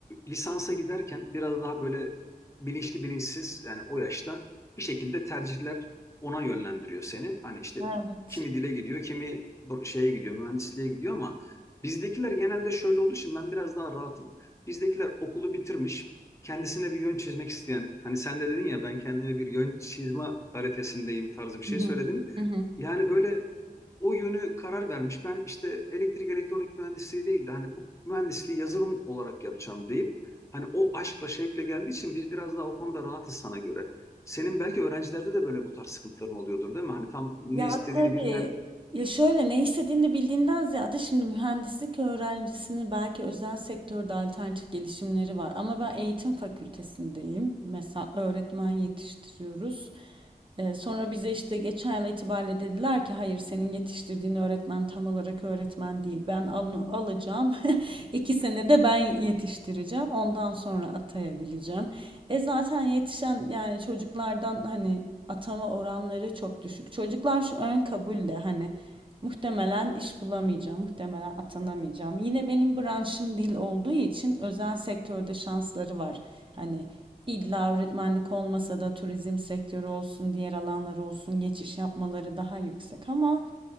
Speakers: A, on the left; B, on the right.
A: lisansa giderken biraz daha böyle bilinçli bilinçsiz yani o yaşta bir şekilde tercihler ona yönlendiriyor seni. Hani işte
B: Evet.
A: kimi dile gidiyor, kimi bu- şeye gidiyor, mühendisliğe gidiyor ama bizdekiler genelde şöyle olduğu için ben biraz daha rahatım. Bizdekiler okulu bitirmiş, kendisine bir yön çizmek isteyen, hani sen de dedin ya ben kendime bir yön çizme arifesindeyim tarzı bir şey
B: Hı hı.
A: söyledin.
B: Hı hı.
A: Yani böyle o yönü karar vermiş. Ben işte elektrik elektronik mühendisliği değil de hani bu mühendisliği yazılım olarak yapacağım deyip hani o aşkla şevkle geldiği için biz biraz daha o konuda rahatız sana göre. Senin belki öğrencilerde de böyle bu tarz sıkıntıların oluyordur değil mi? Hani tam ne
B: Ya
A: istediğini
B: tabii.
A: bilmeyen
B: Ya şöyle ne istediğini bildiğinden ziyade şimdi mühendislik öğrencisini belki özel sektörde alternatif gelişimleri var. Ama ben eğitim fakültesindeyim. Mesela öğretmen yetiştiriyoruz. Ee, sonra bize işte geçen yıl itibariyle dediler ki hayır senin yetiştirdiğin öğretmen tam olarak öğretmen değil. Ben onu alacağım. <laughs> İki senede ben yetiştireceğim. Ondan sonra atayabileceğim. E zaten yetişen yani çocuklardan hani atama oranları çok düşük. Çocuklar şu ön kabulle hani muhtemelen iş bulamayacağım, muhtemelen atanamayacağım. Yine benim branşım dil olduğu için özel sektörde şansları var. Hani İlla öğretmenlik olmasa da turizm sektörü olsun, diğer alanlar olsun geçiş yapmaları daha yüksek ama